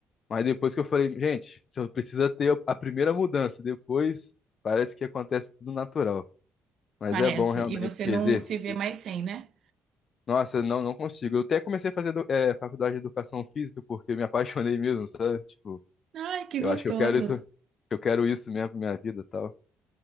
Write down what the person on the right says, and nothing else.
Parece.
E você
não se vê
mais sem, né?
Ai, que
gostoso.